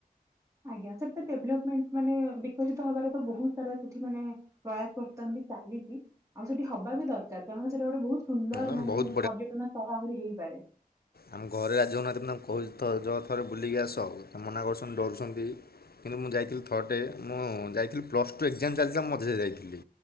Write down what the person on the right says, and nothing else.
ଆଜ୍ଞା। ସେଠି ତ ଡେଲପମେଣ୍ଟ ମାନେ ବିକଶିତ ହବାର ତ ବହୁତ ସାରା ସେଠି ମାନେ ପ୍ରୟାସ କରିଥାନ୍ତି। ଚାଲିଛି ଆଉ ସେଠି ହବା ବି ଦରକାର କାରଣ ସେଟା ଗୋଟେ ବହୁତ ସୁନ୍ଦର
ମାନେ
ପର୍ଯ୍ୟଟନ ସ୍ଥଳ ଆହୁରି ହେଇପାରେ।